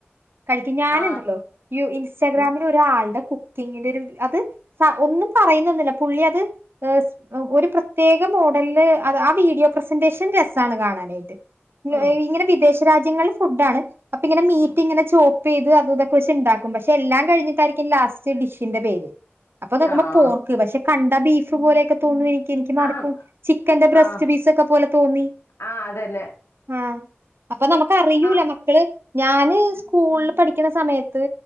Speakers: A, on the right (about 60°); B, on the left (about 85°).
A: കഴിക്കും ഞാനുണ്ടല്ലോ
B: ആഹ്
A: യൂ ഇൻസ്റ്റഗ്രാമില്
B: ഉം
A: ഒരു ആ ആൾട കുക്കിംഗിന്റെ ഒര് അത് സ ഒന്നും പറയുന്നെന്നുന്നില്ല പുള്ളി അത് ഏസ് ഒരു പ്രതേ പ്രത്യേക മോഡലില് ആ വീഡിയോ പ്രസന്റേഷൻ രസാണ് കാണാനായിട്ട്
B: ഉം
A: ഇങ്ങനെ വിദേശ രാജ്യങ്ങളിൽ ഫുഡാണ് അപ്പൊ ഇങ്ങനെ മീ
B: ഉം
A: ചോപ്പെയ്ത് അത് ഇതൊക്കെ വെച്ച്ണ്ടാക്കും പക്ഷെ എല്ലാം കഴിഞ്ഞിട്ടായിരിക്കും ലാസ്റ്റ് ഡിഷിന്റെ പേര് അപ്പൊ നോക്കുമ്പോ
B: ആഹ്
A: പോർക്ക് പക്ഷെ കണ്ടാ ബീഫ് പോലെയൊക്കെ തോന്നുയേനി എനിക്ക് മാറിപ്പോവും
B: ആഹ്
A: ചിക്കന്റെ ബ്രസ്റ്റ്
B: ആഹ്
A: പീസ് ഒക്കെ പോലെ തോന്നി
B: ആഹ് അതന്നെ
A: ആഹ് അപ്പൊ നമുക്ക് അറിയൂല
B: ആഹ്
A: മക്കള് ഞാന് സ്കൂളിൽ പഠിക്കുന്ന സമയത്ത്